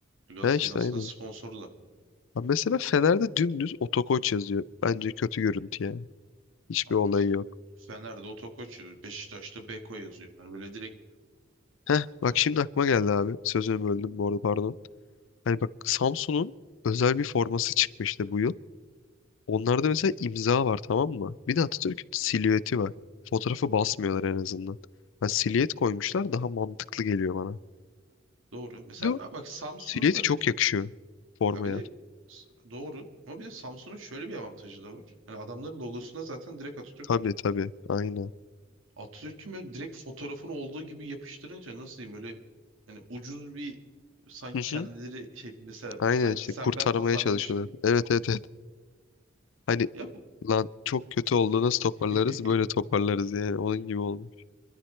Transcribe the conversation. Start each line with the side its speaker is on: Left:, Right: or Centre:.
Right: Galatasaray'ın
Left: Ha işte
Right: aslında
Left: aynen.
Right: sponsoru da.
Left: Ha mesela Fener'de dümdüz otokoç yazıyor. Bence kötü görüntü yani. Hiçbir
Right: Abi
Left: olayı
Right: mesela
Left: yok.
Right: Fener'de Otokoç yazıyor. Beşiktaş'ta Beko yazıyor. Hani böyle direkt
Left: Heh
Right: e,
Left: bak şimdi aklıma geldi abi. Sözünü böldüm bu arada pardon. Hani bak Samsun'un özel bir forması çıkmıştı bu yıl. Onlarda mesela imza var tamam mı? Bir de Atatürk'ün silüeti var. Fotoğrafı basmıyorlar en azından. Ha, silüet koymuşlar daha mantıklı geliyor bana.
Right: doğru. Mesela
Left: Bir de o
Right: a- bak Samsun'u
Left: silüeti
Right: da
Left: çok
Right: bir de
Left: yakışıyor formaya.
Right: ya bir de s- doğru ama bir de Samsun'un şöyle bir avantajı da var. Yani adamların logosunda zaten direkt Atatürk
Left: Tabii
Right: var.
Left: tabii aynen.
Right: Atatürk'ün böyle direkt fotoğrafını olduğu gibi yapıştırınca nasıl diyeyim böyle hani ucuz bir sanki
Left: Hı
Right: kendileri
Left: hı.
Right: şey mesela
Left: Aynen
Right: sanki
Left: işte
Right: sen
Left: kurtarmaya
Right: ben tasarlamışım
Left: çalışıyorlar.
Right: gibi.
Left: Evet evet evet. Hani
Right: Ya bu-
Left: lan çok kötü oldu nasıl toparlarız
Right: <laughs>
Left: böyle toparlarız yani onun gibi olmuş.